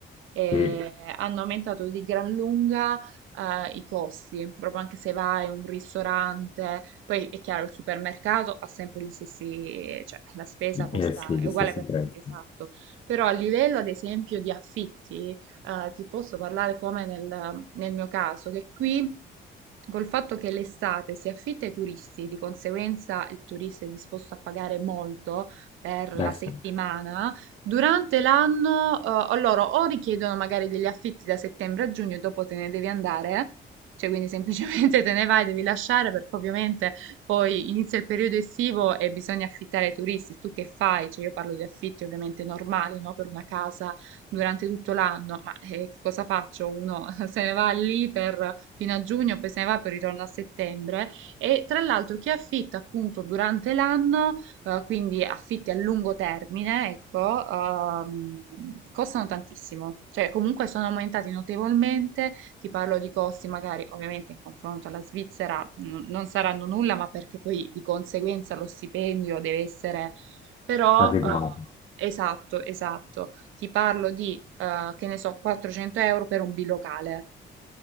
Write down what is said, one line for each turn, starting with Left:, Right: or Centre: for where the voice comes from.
Right: eh,
Left: Sì,
Right: hanno aumentato di gran lunga eh, i costi, proprio anche se vai in un ristorante, poi è chiaro il supermercato ha sempre gli stessi, cioè la spesa costa,
Left: eh sì,
Right: è
Left: gli
Right: uguale
Left: stessi
Right: per
Left: prezzi.
Right: tutti, esatto, però a livello ad esempio di affitti, eh, ti posso parlare come nel, nel mio caso, che qui... Col fatto che l'estate si affitta ai turisti, di conseguenza il turista è disposto a pagare molto, per la
Left: Eh sì,
Right: settimana, durante l'anno eh, o loro o richiedono magari degli affitti da settembre a giugno e dopo te ne devi andare, cioè quindi semplicemente <laughs> te ne vai, devi lasciare perché ovviamente poi inizia il periodo estivo e bisogna affittare ai turisti. Tu che fai? Cioè io parlo di affitti ovviamente normali, no? Per una casa durante tutto l'anno, ma eh, che cosa faccio? Uno <laughs> se ne va lì per, fino a giugno, poi se ne va per ritorno a settembre. E tra l'altro chi affitta appunto durante l'anno eh, quindi affitti a lungo termine, ecco, ehm, costano tantissimo, cioè comunque sono aumentati notevolmente, ti parlo di costi magari ovviamente in confronto alla Svizzera n- non saranno nulla, ma perché poi di conseguenza lo stipendio deve essere però...
Left: adeguati.
Right: eh, Esatto, esatto. Ti parlo di, eh, che ne so, 400 euro per un bilocale,